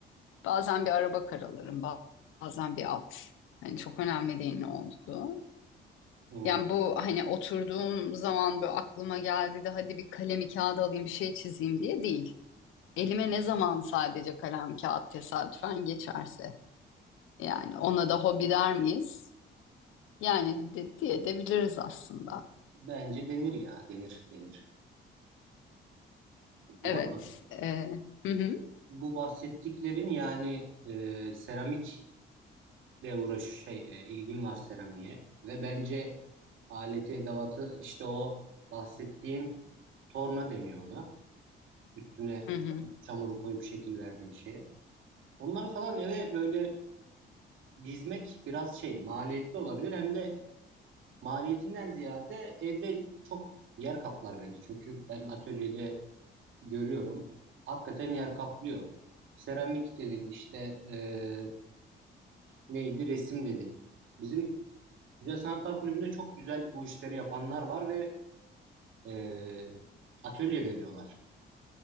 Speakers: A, on the left; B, on the right.
A: Bazen bir araba karalarım, ba- bazen bir at. Hani çok önemli değil ne olduğu.
B: hı.
A: Yani bu hani oturduğum zaman böyle aklıma geldi de hadi bir kalemi kağıda alayım bir şey çizeyim diye değil. Elime ne zaman sadece kalem kağıt tesadüfen geçerse. Yani ona da hobi der miyiz? Yani de, diye de biliriz aslında.
B: Bence denir ya, denir, denir. Bu
A: Evet.
B: arada
A: e, hı hı,
B: bu bahsettiklerin yani e, seramikle uğraş şey e, ilgim var seramiğe ve bence aleti edevatı işte o bahsettiğin torna deniyor ona. Üstüne
A: hı hı.
B: çamuru koyup şekil verdiğin şeye. Onları falan eve böyle dizmek biraz şey maliyetli olabilir hem de Maliyetinden ziyade evde çok yer kaplar bence. Çünkü ben atölyede görüyorum. Hakikaten yer kaplıyor. Seramik dedin işte eee, neydi resim dedin. Bizim Güzel Sanatlar Kulübü'nde çok güzel bu işleri yapanlar var ve eee, atölye veriyorlar.